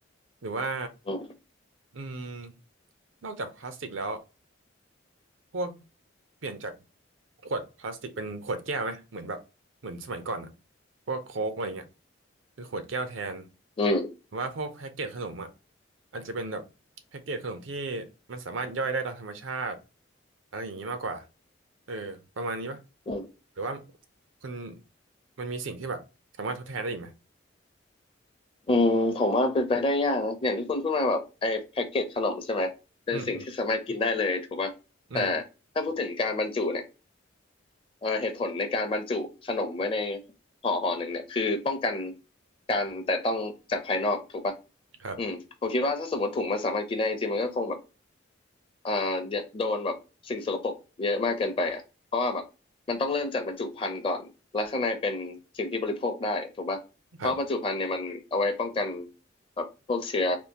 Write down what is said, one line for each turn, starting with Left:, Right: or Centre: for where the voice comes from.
Right: หรือว่า
Left: อืม
Right: อืมนอกจากพลาสติกแล้ว พวกเปลี่ยนจากขวดพลาสติกเป็นขวดแก้วไหมเหมือนแบบเหมือนสมัยก่อนอะพวกโค้กอะไรเงี้ยเป็นขวดแก้วแทน
Left: อืม
Right: หรือว่าพวกแพ็กเกจขนมอะอาจจะเป็นแบบแพ็กเกจขนมที่มันสามารถย่อยได้ตามธรรมชาติอะไรอย่างนี้มากกว่าเออประมาณนี้ปะ
Left: อืม
Right: หรือว่าคุณมันมีสิ่งที่แบบสามารถทดแทนได้อีกไหม
Left: อืมผมว่าเป็นไปได้ยากนะอย่างที่คุณพูดมาแบบไอ้แพ็กเกจขนมใช่ไหมเป็นสิ่งที่สามารถกินได้เลยถูกป่ะแต่
Right: อืมอืม
Left: ถ้าพูดถึงการบรรจุเนี่ย เอ่อเหตุผลในการบรรจุขนมไว้ในห่อห่อหนึ่งเนี่ยคือป้องกันการแต่ต้องจากภายนอกถูกปะ
Right: ครับ
Left: อืมผมคิดว่าถ้าสมมติถุงมันสามารถกินได้จริงๆมันก็คงแบบอ่าโดนแบบสิ่งสกปรกเยอะมากเกินไปอ่ะเพราะว่าแบบมันต้องเริ่มจากบรรจุภัณฑ์ก่อนแล้วข้างในเป็นสิ่งที่บริโภคได้ถูกปะเพราะบรรจุภัณฑ์เนี่ยมันเอาไว้ป้องกัน
Right: ครับ
Left: แบบพวกเชื้อ